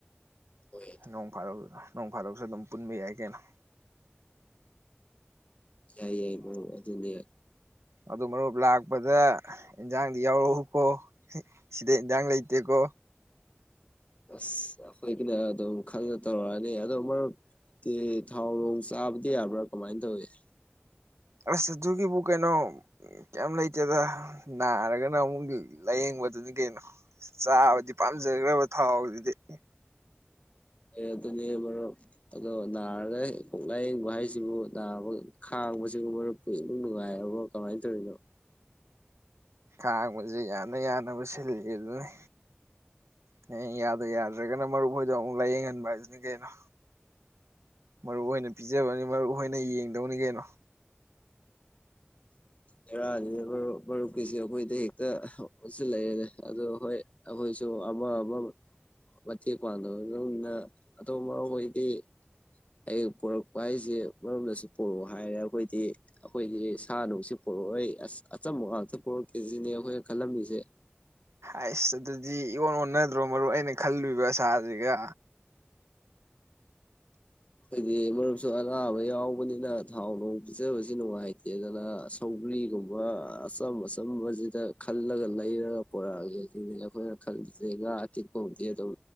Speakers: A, on the left; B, on the right.
A: ꯍꯣꯏ
B: ꯅꯣꯡ ꯀꯗꯣꯛ꯫ ꯅꯣꯡ ꯐꯥꯗꯛꯁꯨ ꯑꯗꯨꯝ ꯄꯨꯟꯕ ꯌꯥꯏ ꯀꯅꫭ꯫
A: ꯌꯥꯏ ꯌꯥꯏ ꯃꯔꯨꯞ ꯑꯗꯨꯅꯦ꯫
B: ꯑꯗꯨ ꯃꯔꯨꯞ ꯂꯥꯛꯄꯗ ꯏꯟꯖꯥꯡꯗꯤ ꯌꯥꯎꯔꯛꯎꯀꯣ ꯁꯤꯗ ꯏꯟꯖꯥꯡ ꯂꯩꯇꯦꯀꯣ꯫
A: ꯑꯁ ꯑꯈꫭꯏꯅ ꯑꯗꯨꯝ ꯈꯥꯟ ꯇꯧꯔꯛꯑꯅꯤ꯫ <unintelligible> ꯆꯥꯕꯗꯤ ꯌꯥꯕ꯭ꯔꯥ ꯀꯃꯥꯏꯅ ꯇꯧꯏꯤ꯫
B: ꯑꯁ ꯑꯗꯨꯒꯤꯕꯨ ꯀꯩꯅꯣ ꯀꯩ ꯂꯩꯇꯦꯗ ꯅꯥꯔꯒꯅ ꯑꯃꯨꯛ ꯂꯥꯏꯌꯦꯡꯕꯗꯨꯅꯤ ꯀꯩꯅꯣ ꯆꯥꯕꯗꯤ꯫ ꯄꯥꯝꯖꯈ꯭ꯔꯕ ꯊꯥꯎꯗꯨꯗꯤ꯫ <inaudible>
A: ꯑꯦ ꯑꯗꯨꯅꯦ ꯃꯔꯨꯞ ꯑꯗꯣ ꯅꯥꯔꯒ ꯀꯣꯛ ꯂꯥꯏꯌꯦꯡꯕ ꯍꯥꯏꯁꯤꯕꯨ ꯅꯥꯕ ꯈꯥꯡꯕꯁꯤꯕꯨ ꯃꯔꯨꯞꯄꯨ ꯏꯅꯨꯡꯉꯥꯏꯔꯕꯣ ꯀꯃꯥꯏꯅ ꯇꯧꯔꯤꯅꯣ꯫
B: ꯈꯥꯡꯕꯁꯦ ꯌꯥꯅ ꯌꯥꯅꯕ ꯁꯤꯜꯂꯤ ꯑꯗꯨꯅꯤ ꯍꯌꯦꯡ ꯌꯥꯗ ꯌꯥꯗ꯭ꯔꯒꯅ ꯃꯔꯨꯞ ꯍꯣꯏꯗꯣ ꯑꯃꯨꯛ ꯂꯥꯏꯌꯦꯡꯍꯟꯕ ꯍꯥꯏꯁꯤꯅꯤ ꯀꯩꯅꯣ꯫ ꯃꯔꯨꯞꯍꫭꯏꯅ꯫ ꯄꯤꯖꯕꯅꯤ ꯃꯔꯨꯞꯍꫭꯏꯅ ꯌꯦꯡ꯫ <unintelligible> ꯀꯩꯅꫭ꯫
A: ꯕꯦꯔꯥꯅꯤꯅꯦ ꯃꯔꯨꯞ ꯃꯔꯨꯞꯀꯤꯁꯦ ꯑꯩꯈꯣꯏꯗ ꯍꯦꯛꯇ ꯑꫭꯟꯁꯤꯜꯂꯛꯑꯦꯅꯦ ꯑꯗꯨ ꯍꯣꯏ ꯑꯈꯣꯏꯁꯨ ꯑꯃ ꯑꯃ ꯃꯇꯦꯡ ꯄꯥꯡꯕꯅꯗꯧꯅ ꯑꯗꫭ ꯃꯔꯨꯞꯍꫭꯏꯗꯤ꯫ ꯑꯩ ꯄꯣꯔꯛꯄ ꯍꯥꯏꯁꯦ ꯃꯔꯝꯗꯁꯨ ꯄꯣꯔꯛꯑꯣ ꯍꯥꯏꯔꯦ ꯑꯩꯈꯣꯏꯗꯤ ꯑꯩꯈꯣꯏꯒꯤ ꯁꯥ ꯅꯨꯡꯁꯤꯦ ꯄꯣꯔꯛꯑꯣꯏ ꯑꯁ ꯑꯆꯝꯕ ꯉꯥꯛꯇ ꯄꯣꯔꯛꯀꯦꯁꯤꯅꯦ ꯑꯩꯈꯣꯏꯅ ꯈꯜꯂꯝꯃꯤꯁꯦ꯫
B: ꯑꯁ ꯑꯗꯨꯗꯤ ꯏꯋꫭꯟ ꯑꯣꯟꯅꯗ꯭ꯔꯣ ꯃꯔꯨꯞ ꯑꯩꯅ ꯈꯜꯂꯨꯏꯕ ꯑꯁꯥꯁꯤꯒ꯫
A: ꯑꯩꯈꯣꯏꯗꯤ ꯃꯔꯨꯞꯁꯨ ꯑꯅꯥꯕ ꯌꯥꯎꯕꯅꯤꯅ ꯊꯥꯎ ꯅꯨꯡ ꯄꯤꯖꯕꯁꯤ ꯅꯨꯡꯉꯥꯏꯇꯦ ꯑꯗꯨꯅ ꯁꯧꯒ꯭ꯔꯤꯒꯨꯝꯕ ꯑꯆꯝ ꯑꯆꯝꯕꯁꯤꯗ ꯈꯜꯂꯒ ꯂꯩꯔꯒ ꯄꯣꯔꯛꯑꯒꯦ ꯁꯤ ꯑꯩꯈꯣꯏꯅ ꯈꯜꯂꯤꯁꯦ ꯉꯥ ꯑꯇꯦꯛꯄꯕꯨꯗꯤ ꯑꯗꯨꯝ